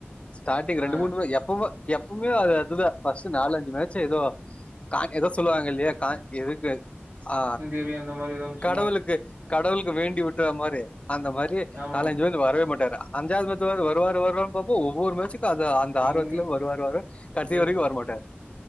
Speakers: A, on the left (about 30°); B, on the right (about 60°).
A: ஸ்டார்டிங்
B: ஆ
A: ரெண்டு மூணு மே எப் பவு எப்பவுமே அது அதுதா ஃபர்ஸ்ட்டு நாலஞ்சு மேச்ச ஏதோ கா ஏதோ சொல்லுவாங்க இல்லையா கா எதுக்கு ஆ
B: இவிங்க அந்த மாரி எதோன்னு சொல்
A: கடவுளுக்கு கடவுளுக்கு வேண்டி விட்ட மாரி அந்த மாரி
B: ஆமாம்
A: நாலஞ்சு எழுந்து வரவே மாட்டாரு அஞ்சாவது மேட்ச்சாது வருவாரு வருவாருன்னு பாப்போ ஒவ்வொரு மேட்சுக்கு அதா அந்த ஆர்வத்துல
B: எங்க
A: வருவார் வர்வார் கடசி
B: எங்
A: வரைக்கு வரமாட்டாரு